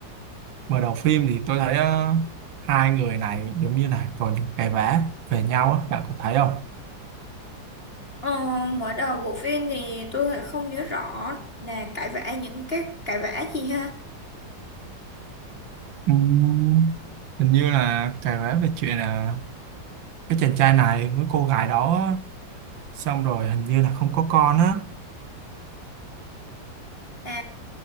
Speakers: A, on the right; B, on the left.
A: mở đầu phim thì tôi thấy ờ, hai người này giống như là có những cái vẽ về nhau á bạn có thấy không
B: ờ, mở đầu bộ phim thì tôi lại không nhớ rõ là cãi vã những cái cãi vã gì ha
A: Ừm, hình như là cái vẽ về chuyện là cái chàng trai này với cô gái đó á, xong rồi hình như là không có con á
B: à